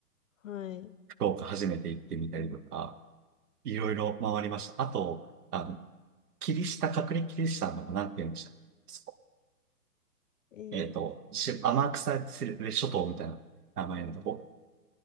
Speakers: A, on the left; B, on the right.
A: はい。
B: 福岡初めて行ってみたりとか、いろいろ回りました。あと、あの、キリシタン、隔離キリシタンの、なんて言うんでしたっけそこ
A: <laughs> えー、
B: えっと、し、天草諸島みたいな名前のとこ